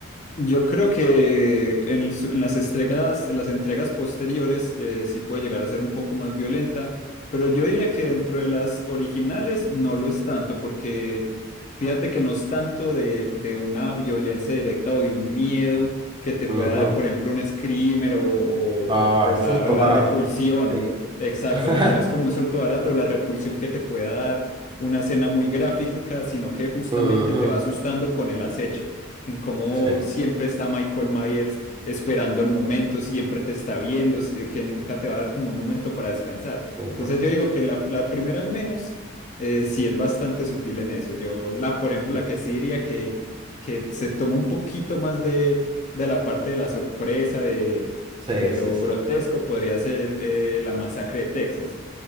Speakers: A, on the left (about 35°); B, on the right (about 25°).
A: Yo creo que en, su- en las entregas, en las entregas posteriores eh, sí puede llegar a ser un poco más violenta, pero yo diría que dentro de las originales no lo es tanto, porque fíjate que no es tanto de, de una violencia directa o de un miedo que te pueda
B: Ujú.
A: dar, por ejemplo, un screamer o, o-
B: Ah,
A: o- o
B: es
A: la,
B: susto
A: o la
B: barato.
A: repulsión.
B: Sí.
A: Exacto,
B: <laughs>
A: no, no es como un suelto barato, la repulsión que te pueda dar una escena muy gráfica, sino que justamente
B: Ujú,
A: te va asustando con el acecho en cómo
B: Sí.
A: siempre está Michael Myers esperando el momento, siempre te está viendo, si- que nunca te va a dar como un momento para descansar.
B: ujú.
A: Entonces yo digo que la, la primera al menos eh, sí es bastante sutil en eso. Yo la, por ejemplo,
B: ujú.
A: la que sí diría que, que se toma un poquito más de, de la parte de la sorpresa, de,
B: Sí,
A: de lo
B: sí, sí.
A: grotesco, podría ser eh, la masacre de Texas.